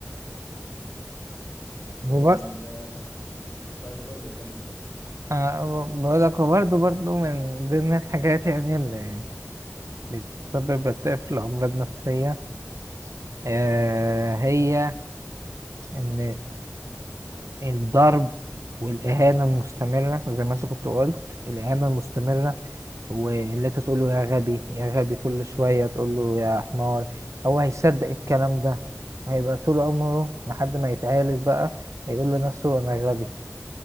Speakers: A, on the left (about 60°); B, on the right (about 75°).
A: طيب
B: أيوه
A: انت اه اتفضل كمل
B: آه، بقول لك هو برضه برضه من ضمن الحاجات يعني اللي بتسبب الطفل أمراض نفسية آه هي إن الضرب والإهانة المستمرة زي ما أنت كنت قلت الإهانة المستمرة واللي أنت تقول له يا غبي يا غبي كل شوية تقول له يا حمار هو هيصدق الكلام ده هيبقى طول عمره لحد ما يتعالج بقى هيقول لنفسه أنا غبي